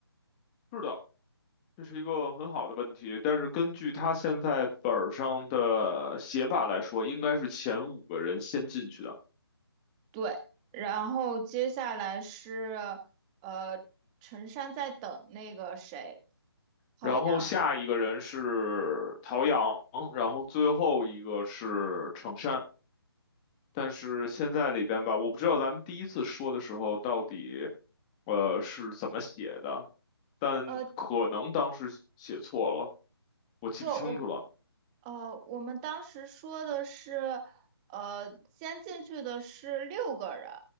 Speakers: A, on the left (about 15°); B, on the right (about 15°).
A: 是的，这是一个很好的问题，但是根据他现在本儿上的写法来说，应该是前五个人先进去的，
B: 对，然后接下来是呃，陈山在等那个谁，浩洋。
A: 然后下一个人是陶阳，然后最后一个是程山。但是现在里边吧，我不知道咱们第一次说的时候到底，呃，是怎么写的，但可能当时写错了，
B: 呃，
A: 我记不清楚了。
B: 不，我呃，我们当时说的是，呃，先进去的是六个人，